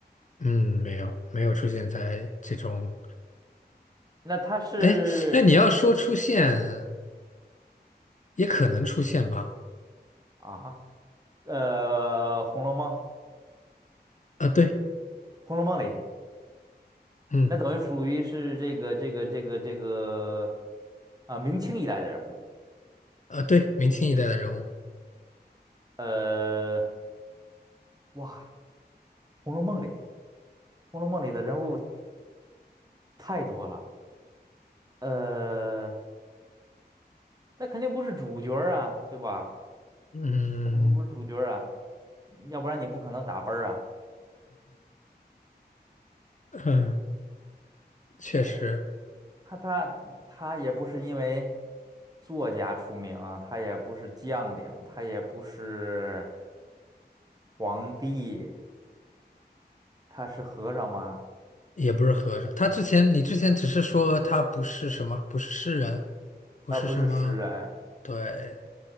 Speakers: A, on the left; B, on the right.
A: 嗯，没有没有出现在这种，
B: 那他是
A: 哎哎，你要说出现，也可能出现吧。
B: 啊，呃，《红楼梦》，
A: 啊，对，
B: 《红楼梦》里，
A: 嗯，
B: 那等于属于是这个这个这个这个啊，明清一代的人物。
A: 啊，对，明清一代的人物，
B: 呃，哇，《红楼梦》里，《红楼梦》里的人物太多了。呃，他肯定不是主角儿啊，对吧？
A: 嗯
B: 肯定不是主角儿啊，要不然你不可能打奔儿啊。
A: 嗯，确实
B: 呃，他他他也不是因为作家出名，他也不是将领，他也不是皇帝。他是和尚吗？
A: 也不是和尚。他之前你之前只是说他不是什么，不是诗人，不是什么，
B: 呃，不是诗人，
A: 对，